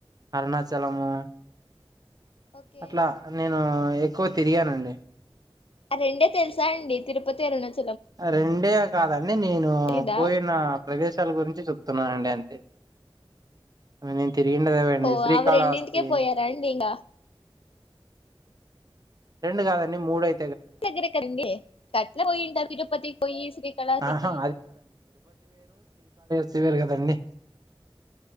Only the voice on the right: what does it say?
అరుణచాలము
అట్లా నేను ఎ ఎక్కువ తిరిగానండి
ఆ రెండే కాదండి నేను
పోయిన ప్రదేశాల గురించి చెప్తున్నాను అండి అంతే నేనేం తిరిగిండేది అవేండి
శ్రీకాళహస్తి
రెండు కాదండి మూడుఐ
ఆహా పీవర్ కదండి